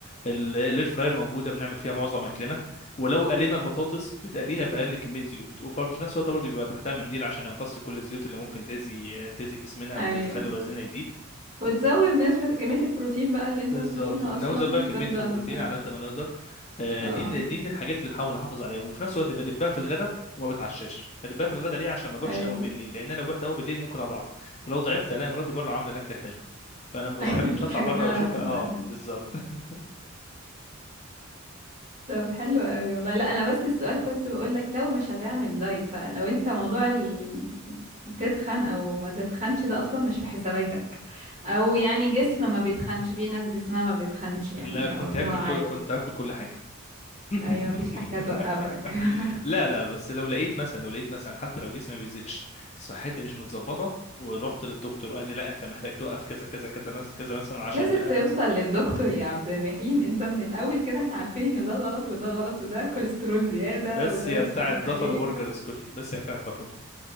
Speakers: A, on the left; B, on the right.
A: ال- الاير فراير موجوده بنعمل فيها معظم اكلنا ولو قلينا البطاطس بتقليها باقل كميه زيوت وفي نفس الوقت برضو بيبقى تحتها منديل عشان يمتص كل الزيوت اللي ممكن تاذي تاذي جسمنا
B: أيوة
A: او تخلي وزننا يزيد
B: وتزود نسبة كمية البروتين بقى اللي انت
A: بالظبط
B: بتاكلها
A: وبنوزع
B: أصلا
A: بقى كميه
B: تفضل
A: البروتين على قد ما نقدر آه،
B: اه
A: دي من دي من الحاجات اللي بحاول احافظ عليها وفي نفس الوقت بدبها في الغداء وما بتعشاش بدبها في الغداء ليه عشان ما اجوعش
B: أيوة
A: قوي بالليل
B: <laughs>
A: لان انا لو جوعت قوي بالليل ممكن اضعف ولو ضعفت الاقي مراتي بره عامله الاكل الحلو فانا ما
B: أيوة
A: بحبش
B: الحاجات
A: اطلع بره
B: اللي أنا
A: واشوفها
B: بحبها
A: اه بالظبط <laughs>
B: طب حلو قوي والله لا انا بس السؤال كنت بقولك لو مش هتعمل دايت بقى لو انت موضوع ال... تتخن او ما تتخنش ده اصلا مش في حساباتك او يعني جسم ما بيتخنش في ناس جسمها ما بيتخنش يعني
A: لا كنت
B: او اللي
A: هاكل
B: هو عادي
A: كل كنت هاكل كل حاجه <laughs>
B: ايوه مفيش حاجه توقفك <laughs>
A: لا لا بس لو لقيت مثلا لو لقيت مثلا حتى لو جسمي ما بيزيدش صحتي مش متظبطه ورحت للدكتور وقال لي لا انت محتاج توقف كذا كذا كذا مثلا كذا مثلا عشان
B: لازم
A: القلب
B: توصل للدكتور يا عبد الرحيم انت من الاول كده احنا عارفين ان ده غلط وده غلط وده كوليسترول زياده
A: بس
B: وده
A: يا
B: مش
A: بتاعة
B: عارفه
A: بافالو
B: ايه
A: برجر اسكتي بس يا بتاعة بافالو